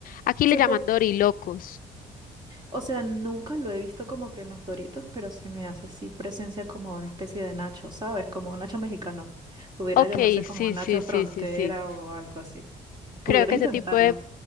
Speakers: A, on the left (about 65°); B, on the right (about 30°).
A: Aquí
B: Se
A: le llaman
B: po-
A: dorilocos.
B: o sea, nunca lo he visto como que en los Doritos, pero se me hace así presencia como una especie de nacho, ¿sabes? Como un nacho mexicano. Pudiera
A: Ok,
B: llamarse como
A: sí,
B: nacho
A: sí,
B: frontera
A: sí, sí, sí.
B: o algo así. Pudiera
A: Creo que
B: intentarlo.
A: ese tipo de,